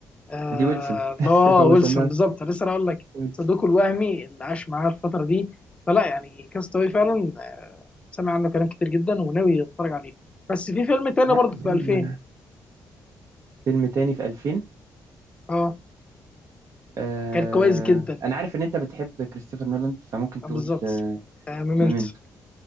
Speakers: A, on the left (about 20°); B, on the right (about 65°).
A: آه،
B: ما دي ويلسون
A: اللي
B: <laughs>
A: هو
B: هو
A: ويلسون
B: سماها
A: بالظبط أنا لسه هقول لك
B: ويلسون
A: صديقه الوهمي اللي عاش معاه الفترة دي فلا يعني كاستاوي فعلا آه، سمع عنه كلام كتير جدا وناوي يتفرج عليه بس في فيلم تاني
B: لا
A: برضه
B: فيلم
A: في 2000
B: فيلم تاني في 2000
A: اه
B: آه
A: كان كويس جدا
B: انا عارف ان انت بتحب كريستوفر نولان فممكن
A: آه،
B: تقول
A: بالظبط
B: آه
A: آه، ميمنتو
B: ميمنتو